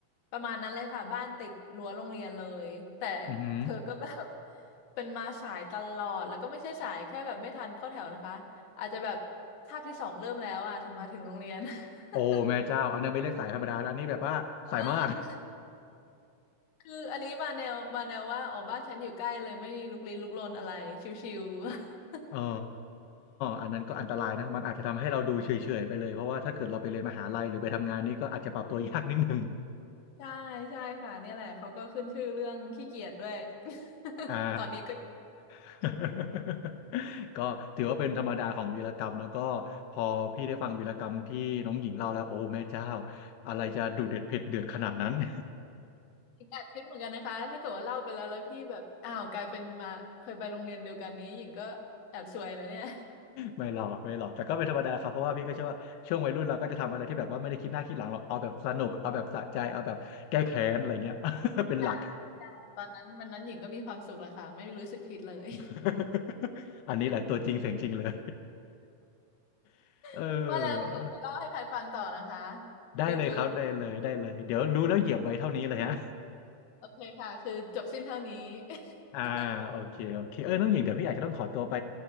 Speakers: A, on the left; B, on the left.
A: ประมาณนั้นเลยค่ะบ้านติดรั้วโรงเรียนเลยแต่
B: อือหือ
A: เธอก็แบบ <laughs> เป็นมาสายตลอดแล้วก็ไม่ใช่สายแค่แบบไม่ทันเข้าแถวนะคะอาจจะแบบคาบที่สองเริ่มแล้วอ่ะถึงมาถึงโรงเรียน
B: โอ้แม่เจ้าอันนั้นไม่เรียกสายธรรมดาแล้วอันนี้แบบว่าสายมาก
A: <laughs> เออคืออันนี้มาแนวมาแนวว่าอ๋อบ้านฉันอยู่ใกล้เลยไม่ลุกลี้ลุกลนอะไรชิวๆ
B: <laughs> อ๋ออันนั้นก็อันตรายนะมันอาจจะทำให้เราดูเฉยๆไปเลยเพราะว่าถ้าเกิดเราไปเรียนมหาลัยหรือไปทำงานนี่ก็อาจจะปรับตัว <laughs> ยากนิดนึง
A: <laughs> ใช่ใช่ค่ะเนี่ยแหละเขาก็ขึ้นชื่อเรื่องขี้เกียจด้วย <laughs>
B: อ่า
A: ตอนนี้ก็
B: <laughs> ก็ถือว่าเป็นธรรมดาของวีรกรรมแล้วก็พอพี่ได้ฟังวีรกรรมที่น้องหญิงเล่าแล้วโอ้แม่เจ้าอะไรจะดุเด็ดเผ็ดเดือดขนาดนั้น <laughs>
A: แอบคิดเหมือนกันนะคะถ้าเกิดว่าเล่าไปแล้วแล้วพี่แบบอ้าวกลายเป็นมาเคยไปโรงเรียนเดียวกันนี้หญิงก็แอบซวยนะเนี่ย
B: ไม่หรอกไม่หรอกแต่ก็เป็นธรรมดาครับเพราะว่าพี่ก็เชื่อว่าช่วงวัยรุ่นเราก็จะทำอะไรที่แบบว่าไม่ได้คิดหน้าคิดหลังหรอกเอาแบบสนุกเอาแบบสะใจเอาแบบแก้แค้นอะไรเงี้ย <laughs> เป็นหลัก
A: ใช่ใช่ตอนนั้นวันนั้นหญิงก็มีความสุขแหละค่ะไม่รู้สึกผิดเลย
B: <laughs> อันนี้แหละตัวจริงเสียงจริงเลย <laughs> เออ
A: <laughs> ว่าแล้วก็อยากไปเล่าให้ใครฟังต่อนะคะ
B: ได้เลยครับได้เลยได้เลยเดี๋ยวรู้แล้วเหยียบไว้เท่านี้เลยฮะ
A: จุ๊จุ๊โอเคค่ะคือจบสิ้นเท่านี้ <laughs>
B: <laughs> อ่าโอเคโอเคเออน้องหญิงเดี๋ยวพี่อาจจะต้องขอตัวไป